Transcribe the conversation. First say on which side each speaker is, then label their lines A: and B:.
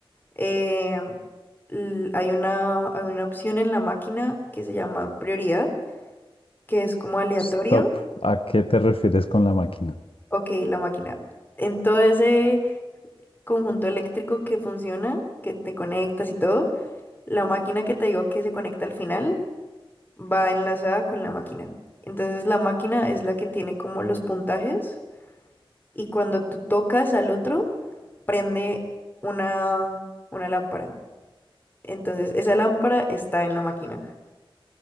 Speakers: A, on the left (about 20°); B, on the left (about 75°).
A: em, l- hay una, hay una opción en la máquina que se llama prioridad, que es como aleatorio.
B: Stop. ¿A qué te refieres con la máquina?
A: Ok, la máquina. Entonces conjunto eléctrico que funciona, que te conectas y todo, la máquina que te digo que se conecta al final va enlazada con la máquina. Entonces la máquina es la que tiene como los puntajes y cuando tú tocas al otro, prende una, una lámpara. Entonces esa lámpara está en la máquina.